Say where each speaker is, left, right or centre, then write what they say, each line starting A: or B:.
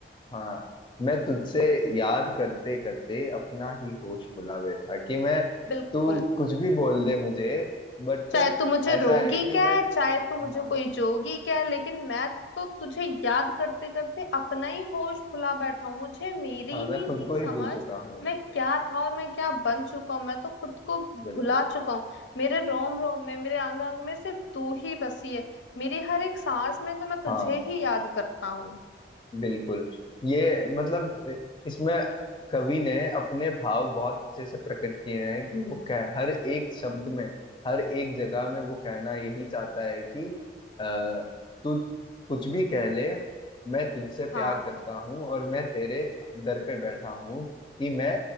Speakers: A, on the left; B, on the left.
A: हाँ मैं तुझसे याद करते करते अपना ही होश भुला बैठा कि मैं
B: बिल्कुल
A: तू कुछ भी बोल दे मुझे बट
B: चाहे तू मुझे
A: ऐसा
B: रोगी
A: है कि
B: क्या
A: मैं
B: है चाहे तू मुझे
A: हाँ
B: कोई जोगी क्या है लेकिन मैं तो तुझे याद करते करते अपना ही होश भुला बैठा हूँ मुझे मेरी
A: हाँ मैं
B: ही
A: खुद
B: नहीं
A: को
B: समझ
A: ही भूल चुका हूँ
B: मैं क्या था और मैं क्या बन चुका हूँ मैं तो खुद को
A: बिल्कुल
B: भुला चुका हूँ मेरे रोम रोम में मेरे अंग अंग में सिर्फ तू ही बसी है मेरी हर एक सांस में तो मैं तुझे
A: हाँ
B: ही याद करता हूँ
A: बिल्कुल ये मतलब इसमें कवि ने अपने भाव बहुत अच्छे से प्रकट किए हैं कि वो कह हर एक शब्द में हर एक जगह में वो कहना यही चाहता है कि अ, तू कुछ भी कह ले मैं तुझसे
B: हाँ
A: प्यार करता हूँ और मैं तेरे दर पे बैठा हूँ कि मैं